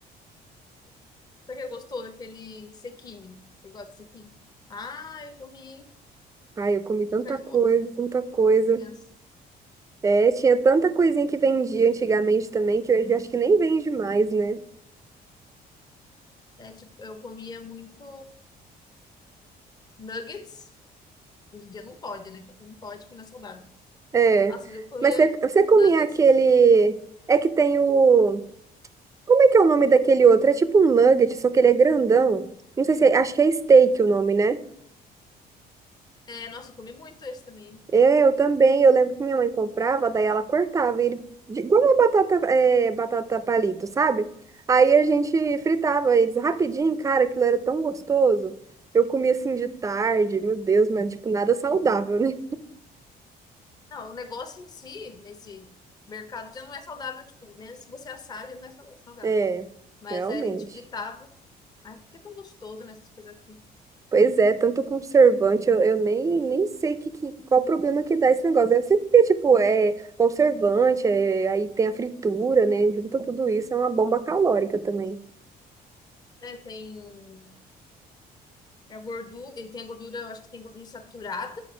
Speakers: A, on the left; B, on the right.
A: será que gostou daquele sequilho? Você gosta de sequilho? Ah, eu comi
B: <laughs> Ai, eu comi tanta
A: um atrás
B: coisa,
A: do outro.
B: tanta coisa.
A: Criança.
B: É, tinha tanta coisinha que vendia antigamente também, que hoje acho que nem vende mais, né?
A: É tipo, eu comia muito nuggets. Hoje em dia não pode, né? Não pode, porque não é saudável.
B: É.
A: Nossa, mas eu comia
B: Mas você, você
A: muito
B: comia
A: nuggets.
B: aquele. É que tem o. Como é que é o nome daquele outro? É tipo um nugget, só que ele é grandão. Não sei se é... Acho que é steak o nome, né?
A: É, nossa, eu comi muito esse também.
B: É, eu também. Eu lembro que minha mãe comprava, daí ela cortava ele. de- Igual uma batata, é, batata palito, sabe? Aí a gente fritava eles rapidinho, cara, aquilo era tão gostoso. Eu comia assim de tarde, meu Deus, mas tipo, nada saudável, né?
A: Não, o negócio em si, nesse mercado já não é saudável. Tipo, mesmo se você assar, já não é saudável.
B: É,
A: Mas
B: realmente.
A: aí a gente fritava. Ai, que é tão gostoso, né? Essas coisas assim.
B: Pois é, tanto conservante, eu, eu nem, nem sei que, que, qual problema que dá esse negócio. Deve ser porque, tipo, é conservante, é, aí tem a fritura, né? Junto tudo isso, é uma bomba calórica também.
A: É, tem a gordura, ele tem a gordura, eu acho que tem gordura saturada